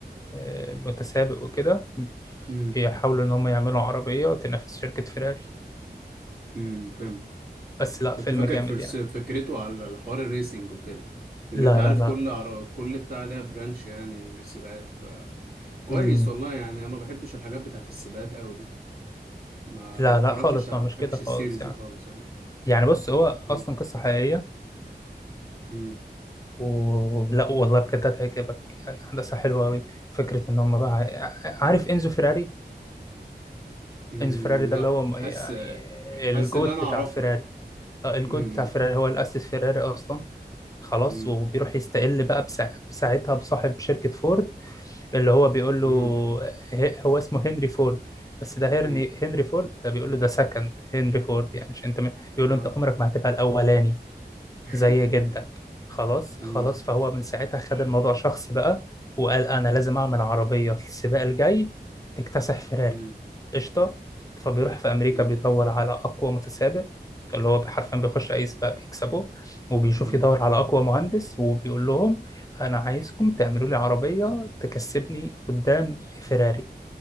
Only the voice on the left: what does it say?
آه، متسابق وكده
بيحاولوا إن هم يعملوا عربية تنافس شركة فيراري
بس لا
فيلم
جامد
يعني
لا
لا لا
مم.
لا
لا خالص
هو مش
كده
خالص
يعني
يعني بص هو
أصلا قصة حقيقية
ولا والله بجد هتعجبك يعني أحداثها حلوة أوي فكرة إن هم بقى عارف إنزو فيراري
إنزو فيراري ده
اللي هو
يعني
الجوت
بتاع فيراري
آه، الجود
بتاع فيراري هو اللي أسس فيراري أصلا خلاص
وبيروح يستقل بقى بسا... ساعتها بصاحب شركة فورد اللي هو بيقول له
ه- هو اسمه هنري فورد بس ده هنري
هنري فورد ده بيقول له ده سكند هنري فورد يعني مش انت م- بيقول
له انت عمرك ما هتبقى الاولاني
زي جدك
خلاص
خلاص فهو من ساعتها خد الموضوع شخصي بقى وقال انا لازم اعمل عربيه السباق الجاي تكتسح فيراري
قشطه فبيروح في امريكا
بيدور على اقوى متسابق اللي هو حرفيا بيخش اي سباق بيكسبه وبيشوف
يدور على اقوى مهندس وبيقول لهم انا عايزكم تعملوا لي عربيه تكسبني قدام فيراري